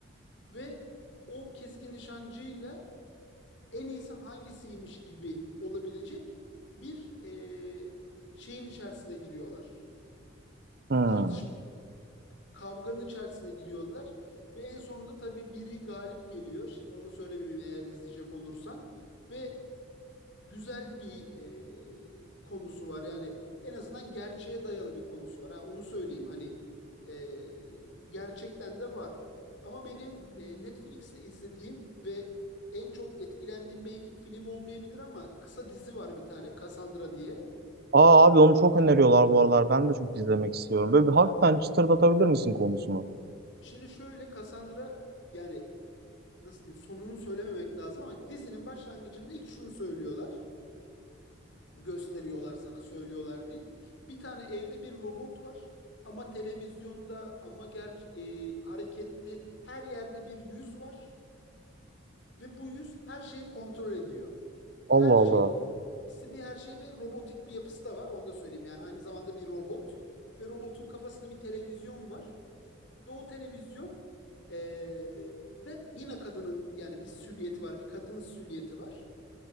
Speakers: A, on the left; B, on the right.
A: ve o keskin nişancıyla en iyisi hangisiymiş gibi olabilecek bir e, şeyin içerisine giriyorlar.
B: Hmm.
A: tartışma kavganın içerisine giriyorlar ve en sonunda tabii biri galip geliyor. Şimdi onu söylemeyeyim eğer izleyecek olursan. Ve güzel bir e, konusu var. Yani en azından gerçeğe dayalı bir konusu var. Ha, onu söyleyeyim hani e, gerçekten de var. Ama benim e, Netflix'te izlediğim ve en çok etkilendiğim belki film olmayabilir ama kısa dizi var bir tane Cassandra diye.
B: Aa abi onu çok öneriyorlar bu aralar. Ben de çok izlemek istiyorum. Böyle bir hafiften çıtırdatabilir misin konusunu?
A: Şimdi şöyle Cassandra yani nasıl diyeyim sonunu söylememek lazım ama dizinin başlangıcında ilk şunu söylüyorlar. gösteriyorlar sana söylüyorlar değil. Bir tane evde bir robot var ama televizyonda ama ger e, hareketli her yerde bir yüz var ve bu yüz her şeyi kontrol ediyor.
B: Allah
A: Her şey
B: Allah.
A: istediği her şey ve robotik bir yapısı da var onu da söyleyeyim yani aynı zamanda bir robot ve robotun kafasında bir televizyon var ve o televizyon e, de yine kadının yani bir silüeti var bir kadın silüeti var.